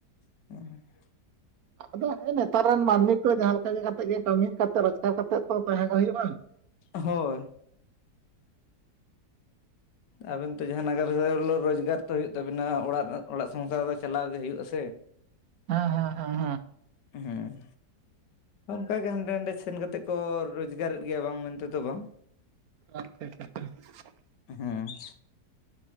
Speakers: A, on the left (about 90°); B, on the right (about 70°).
A: <unintelligible>
B: ᱟᱫᱚ ᱦᱮᱸ ᱱᱮᱛᱟᱨ ᱨᱮᱱ ᱢᱟᱹᱱᱢᱤ ᱠᱚ ᱡᱟᱦᱟᱸ ᱞᱮᱠᱟ ᱠᱟᱛᱮᱜ ᱜᱮ ᱠᱟᱹᱢᱤ ᱠᱟᱛᱮᱜ, ᱨᱳᱡᱽᱜᱟᱨ ᱠᱟᱛᱮᱜ ᱛᱚ ᱛᱟᱦᱮᱸᱜ ᱦᱩᱭᱩᱜᱼᱟ ᱾
A: ᱦᱳᱭ ᱾ ᱟᱵᱮᱱ ᱛᱚ ᱡᱟᱦᱟᱸ ᱱᱟᱜᱟᱨ ᱨᱳᱡᱽᱜᱟᱨ ᱛᱚ ᱦᱩᱭᱩᱜ ᱛᱟᱵᱤᱱᱟ, ᱚᱲᱟᱜ ᱚᱲᱟᱜ ᱥᱚᱝᱥᱟᱨ ᱫᱚ ᱪᱟᱞᱟᱣ ᱜᱮ ᱦᱩᱭᱩᱜ ᱟᱥᱮ ᱾
B: ᱦᱮᱸ ᱦᱮᱸ ᱦᱮᱸ ᱾
A: ᱦᱮᱸ ᱾ ᱚᱱᱠᱟ ᱜᱮ ᱦᱟᱸᱰᱮ ᱱᱟᱰᱮ ᱥᱮᱱ ᱠᱟᱛᱮᱜ ᱠᱚ ᱨᱚᱡᱽᱜᱟᱨᱮᱫ ᱜᱮᱭᱟ, ᱵᱟᱝ ᱢᱮᱱᱛᱮ ᱫᱚ ᱵᱟᱝ ᱾
B: ᱟᱪᱪᱷᱟ ᱟᱪᱪᱷᱟ ᱟᱪᱪᱷᱟ ᱾
A: ᱦᱮᱸ